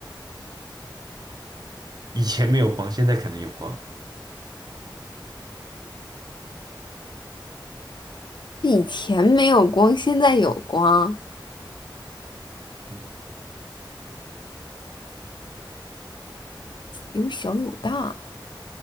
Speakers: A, on the right; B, on the left.
A: 以前没有光，现在可能有光。
B: 以前没有光，现在有光，
A: 嗯，
B: 有小有大，